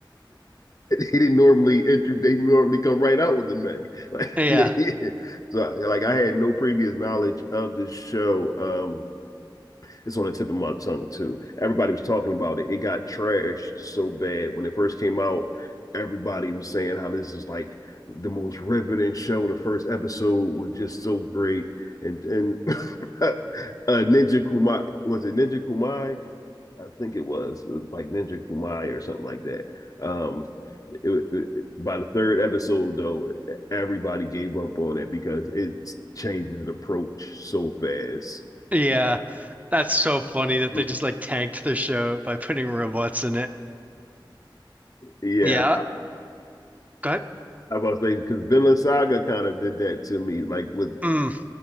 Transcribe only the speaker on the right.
Yeah.
Yeah. That's so funny that
they just like tanked the show by putting robots in it.
Yeah.
Go ahead.
Mm.